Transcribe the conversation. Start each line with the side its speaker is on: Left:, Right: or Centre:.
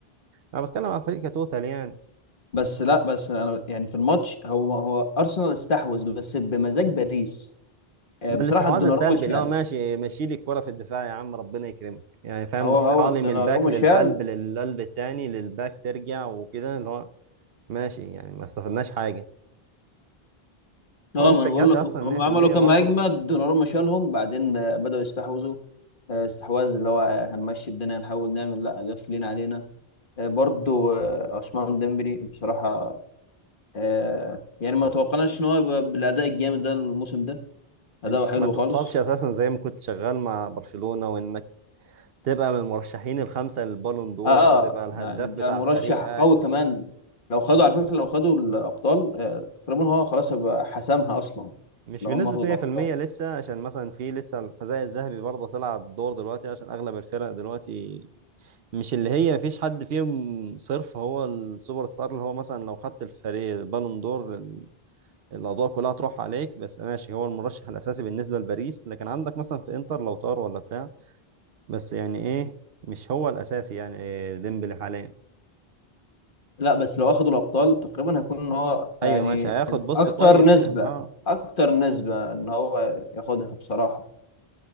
Right: انا بتكلم على الفريق كتوتال يعني
Left: بس لا بس أنا يعني في الماتش هو هو أرسنال استحوذ بس بمزاج باريس آه،
Right: من
Left: بصراحة
Right: الاستحواذ
Left: الدوناروما
Right: السلبي
Left: شال
Right: اللي هو ماشي ماشي لي الكرة في الدفاع يا عم ربنا يكرمك يعني فاهم
Left: هو
Right: بصيها
Left: هو الدوناروما
Right: لي من الباك للقلب
Left: شال
Right: للقلب التاني للباك ترجع وكده اللي هو ماشي يعني ما استفدناش حاجة وانا
Left: اه
Right: ما
Left: ما
Right: بشجعش
Left: انا بقول لك
Right: اصلا
Left: هم
Right: 100%
Left: عملوا كام
Right: برضه
Left: هجمه
Right: بس
Left: دوناروما شالهم بعدين آه، بدأوا يستحوذوا آه، استحواذ اللي هو آه، هنمشي الدنيا نحاول نعمل لا قافلين علينا آه، برضو آه، عثمان ديمبلي بصراحة آه، يعني ما توقعناش ان هو يبقى بالاداء الجامد ده الموسم ده اداؤه
Right: انك
Left: حلو
Right: ما تتصابش
Left: خالص
Right: اساسا زي ما كنت شغال مع برشلونة وانك تبقى من المرشحين الخمسة للبالون دور
Left: اه
Right: وتبقى الهداف
Left: يعني ده
Right: بتاع
Left: مرشح
Right: فريقك
Left: قوي كمان لو خدوا على فكرة لو خدوا الابطال آه، تقريبا هو خلاص هيبقى حسمها اصلا
Right: مش
Left: لو
Right: بنسبة
Left: هم اخدوا الابطال
Right: 100% لسه عشان مثلا في لسه الحذاء الذهبي برضه هتلعب دور دلوقتي عشان اغلب الفرق دلوقتي مش اللي هي مفيش حد فيهم صرف هو السوبر ستار اللي هو مثلا لو خدت الفريق البالون دور ال- الأضواء كلها هتروح عليك بس ماشي هو المرشح الأساسي بالنسبة لباريس لكن عندك مثلا في إنتر لو طار ولا بتاع بس يعني إيه مش هو الأساسي يعني إيه ديمبلي حاليا
Left: لا بس لو اخدوا الابطال تقريبا هيكون ان هو يعني
Right: أيوه ماشي هياخد بوست
Left: اكتر
Right: كويس
Left: نسبة
Right: يعني أه
Left: اكتر نسبة ان هو ياخدها بصراحة